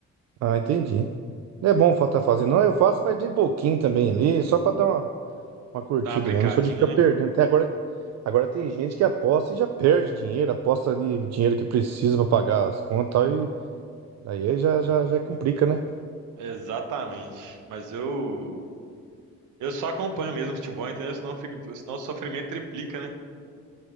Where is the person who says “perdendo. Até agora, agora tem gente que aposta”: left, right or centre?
Right